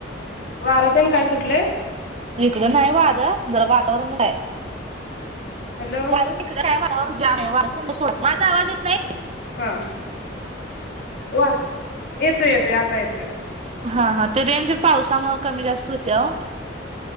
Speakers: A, on the left; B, on the right.
A: वारं तेन काय सुटलय?
B: इकडं नाही वारं जरा वातावरणच आहे.
A: हॅलो
B: वार इकडचं हाय वातावरण जाम हाय, माझा आवाज येत नाही?
A: हा वा येतोय येतोय आता येतो
B: हा हा ते रेंज पावसामुळं कमी जास्त हुत्या वो.